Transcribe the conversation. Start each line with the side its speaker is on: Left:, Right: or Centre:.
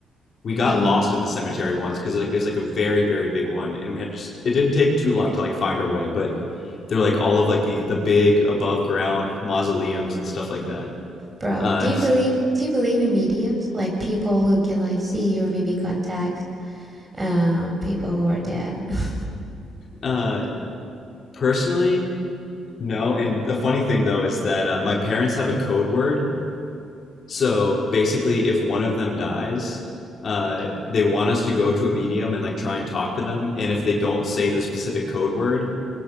Left: we got
Right: Oh,
Left: lost in the cemetery once because like it was like a very very big one, and we had just it didn't take too long to like find our way, but they're like all of like the the big above ground mausoleums and stuff like that.
Right: bro,
Left: Uh,
Right: do you believe do you believe in mediums? Like people who can like see or maybe contact uh people who are dead. <laughs>
Left: uh, personally, no. And the funny thing though is that uh, my parents have a code word. So basically, if one of them dies, uh, they want us to go to a medium and like try and talk to them. And if they don't say the specific code word,